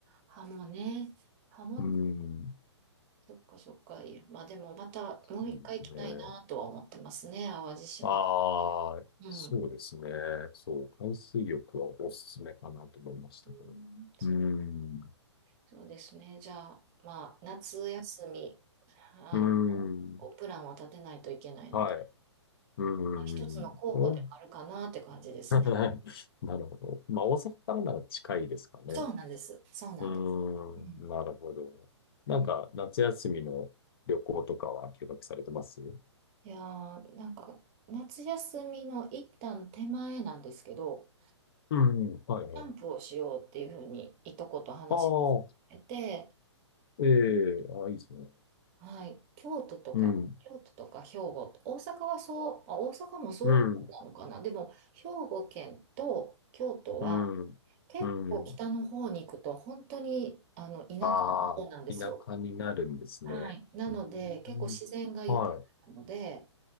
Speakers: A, on the right; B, on the left.
A: ハモね。ハモ、
B: うん。
A: そっかそっか。いやまあでもまたもう一回行きたいなとは思ってますね。
B: そうですね。
A: 淡路島。
B: ああ、
A: うん。
B: そうですね。そう、海水浴はおすすめかなと思いましたけど。
A: うん、そっか
B: うーん、う
A: そうですね。じゃあ、まあ、夏休み、あの、
B: ーん、
A: こうプランを立てないといけないので、
B: はい、うー
A: まあ一つの候補ではあるかなって感じですね。
B: ん、お <laughs>、なるほど。まあ、大阪からなら近いですかね。
A: そうなんです。そうなんです。
B: うーん、
A: うん
B: なるほど。なんか、
A: うん
B: 夏休みの旅行とかは計画されてます
A: いやー、なんか、夏休みの一旦手前なんですけど、
B: うん、はいはい。
A: キャンプをしようっていうふうに、いとこと話してて、
B: ああ、ええああ、いいですね。
A: はい、京都とか、
B: うん、
A: 京都とか兵庫、大阪はそう、まあ、大阪もそうなのかな、
B: うん、
A: でも兵庫県と京都は
B: うん、
A: 結構北の方に行くと本当にあの田舎の方なんですよ。
B: うん。ああ、田舎になるんですね。
A: はい、なので結構自然が豊かなので、
B: うーん、はい。